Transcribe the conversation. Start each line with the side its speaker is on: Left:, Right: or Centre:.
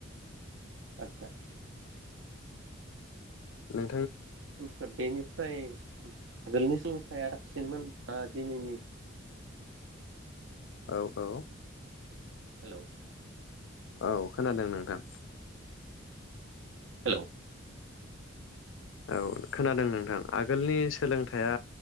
Right: <unintelligible>
Left: नों
Right: बेफोरनिफ्राय आगोलनि <unintelligible> मोन आ दिनैनि
Left: औ औ
Right: हेलौ,
Left: औ खोनादों नोंथां
Right: हेलौ,
Left: औ खोनादों नोंथां आगोलनि सोलोंथाइया